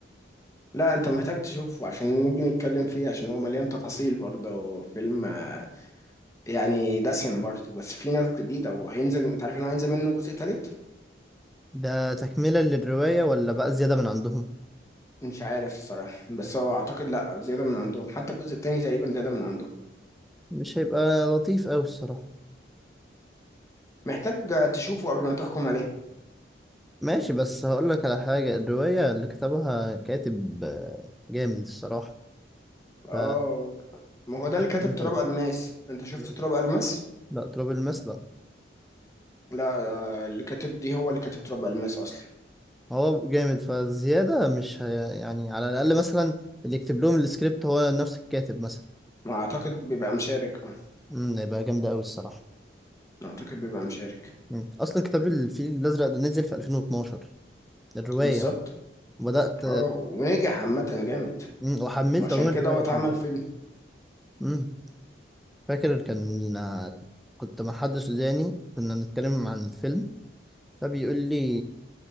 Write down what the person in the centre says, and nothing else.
ده تكمله للروايه ولا بقى زياده من عندهم
مش هيبقى لطيف قوي الصراحه
ماشي بس هقول لك على حاجة الرواية اللي كتبها كاتب آه، جامد الصراحة
ف
مراد
مم.
لا تراب الماس لا
هو جامد فزيادة مش هي... يعني على الأقل مثلا اللي يكتب لهم السكريبت هو نفس الكاتب مثلا
امم هيبقى جامدة أوي الصراحة
مم. أصلا كتاب الفيل الأزرق ده نزل في 2012 الرواية
وبدأت
مم. وحملت
عموما
الرواية
عشان أقرأها
مم. فاكر كان آه، كنت مع حد سوداني كنا بنتكلم عن الفيلم فبيقول لي